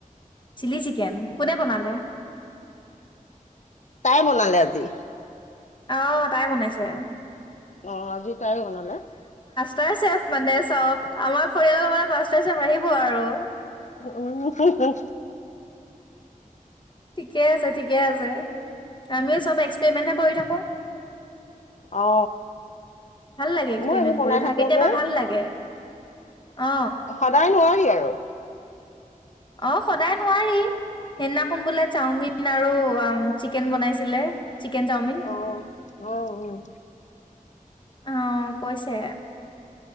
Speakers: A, on the left; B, on the left.
A: চিলি চিকেন, কোনে বনালে?
B: তাই বনালে আজি।
A: অহ' তাই বনাইছে।
B: অ' আজি তাই বনালে।
A: তাই চেফ মানে চ'ব, আমাৰ পৰিয়ালৰ মানে মাষ্টাৰ চেফ আহিব আৰু
B: উম, হো-হো।
A: ঠিকে আছে, ঠিক ঠিকে আছে, আমিও চ'ব এক্সপেৰিমেন্টে হে কৰি থাকো।
B: অ
A: ভাল লাগে, এক্সপেৰিমেণ্ট
B: মই এইবোৰ বনাই
A: কৰি ভা
B: থাকো
A: কেতিয়াবা
B: যে
A: ভাল লাগে। অ
B: সদায় নোৱাৰি আৰু
A: অ' সদায় নোৱাৰি। সেইদিনাখন বোলে চাওমিন আৰু চিকেন বনাইছিলে। চিকেন চাওমিন
B: অহ' অ'অ'।
A: অ' কৈছে।